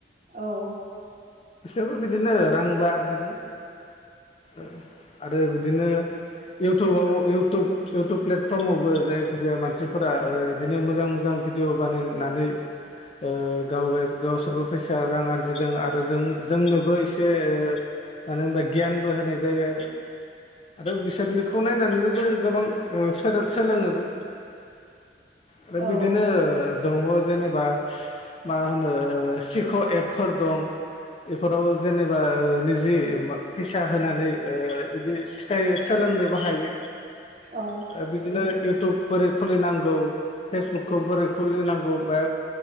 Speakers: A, on the right; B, on the left.
A: औ
B: बो बिदिनो रांबो आरजिदों ओ आरो बिदिनो इउटुबाव इउटुब इउटुब प्लेटफर्मावबो जायखिजाया मानसिफोरा ओ बिदिनो मोजां मोजां भिडिअ' बानायनानै ओ गावगाय गावसोरबो फैसा रां आरजिदों आरो जों जोंनोबो एसे मानो होनबा गियानबो होनाय जायो आरो बिसोरनिखौ नायनानैनो जों गोबां ओ सोदोर सोलोङोबो। आरो बिदिनो
A: औ
B: दं जेनेबा मा हानो ओ सिख' एपफोर दं। बेफोराव जेनेबा निज जे फैसा होनानै ओ बिदि सिखाय सोलोंनोबो हायो।
A: औ
B: ओ बिदिनो इउटुब बोरै खुलिनांगौ, फेसबुकखौ बोरै खुलिनांगौ बा